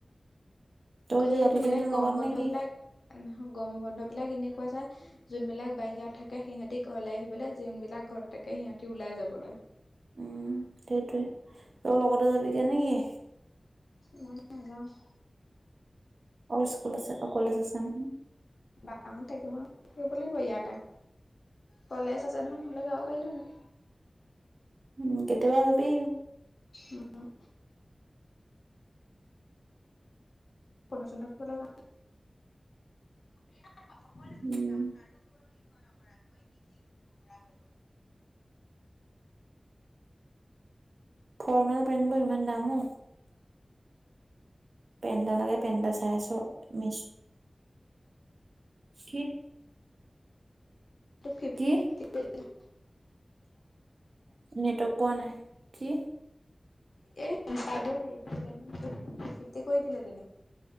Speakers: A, on the right; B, on the left.
A: তই এতিয়া
B: সেইটো
A: যাবিগে
B: মানে
A: নে
B: গৰম
A: লগত
B: বন্ধ
A: নে কি
B: বিলাক নহয় গম বন্ধ বিলাক এনেকুৱা যে যোনবিলাক বাহিৰত থাকে, সিহঁতি ঘৰলৈ আহিবলে, যোনবিলাক ঘৰত থাকে, সিহঁতি ওলাই যাবলে।
A: উম, সেইটোৱে। তই লগতে যাবিগে নে কি?
B: মই নেযাওঁ।
A: অ স্কুল আছে অ কলেজ আছে নহয়।
B: বাপাহত থাকিব। সেই বুলি কই ইয়াত আহ কলেজ আছে নহয় নহ'লে যাব পাৰিলো হয়।
A: উ কেতিয়াবা যাবি
B: উম। নচন্দল য <unintelligible>
A: উম
B: কাৰ ওৰত নিৰ্ভৰ নকৰাকৈ নিজেই কৰিব পৰা হ'লো।
A: ফৰ্মেল পেণ্টবোৰ ইমান দামো ঔ পেণ্ট এটা লাগে, পেণ্ট এটা চাই আছো, মিছ'ত। কি?
B: সেইটো
A: কি?
B: <unintelligible>
A: নেটৱৰ্ক পোৱা নাই, কি?
B: এই হে <unintelligible> ফ ফিফটি কৰি দিলে তেনেক